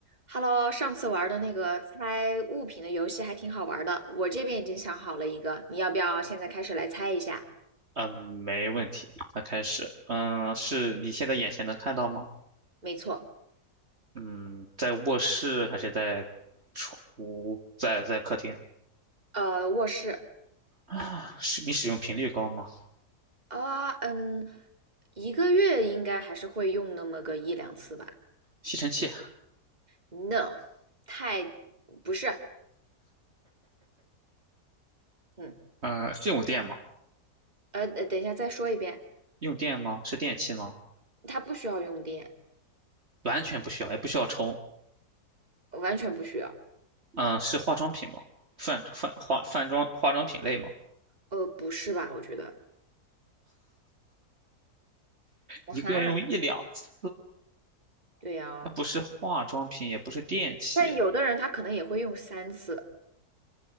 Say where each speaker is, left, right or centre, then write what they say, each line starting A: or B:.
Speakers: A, on the right; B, on the right.
A: Hello，上次玩的那个猜物品的游戏还挺好玩的，我这边已经想好了一个，你要不要现在开始来猜一下？
B: 嗯，没问题，那开始。嗯，是你现在眼前能看到吗？
A: 没错，
B: 嗯，在卧室还是在厨，在在客厅？
A: 呃，卧室
B: 啊，使你使用频率高吗？
A: 啊，嗯，一个月应该还是会用那么个一两次吧
B: 吸尘器，
A: ？No，太，不是，嗯，
B: 嗯，是用电吗？
A: 呃，呃等一下再说一遍，
B: 用电吗？是电器吗？
A: 它不需要用电，
B: 完全不需要，也不需要充。
A: 完全不需要，
B: 嗯，是化妆品吗？泛泛化泛妆化妆品类吗？
A: 呃，不是吧？我觉得，啊哈，
B: 一个月用一两次，
A: 对呀，
B: 还不是化妆品，也不是电器
A: 但有的人他可能也会用三次，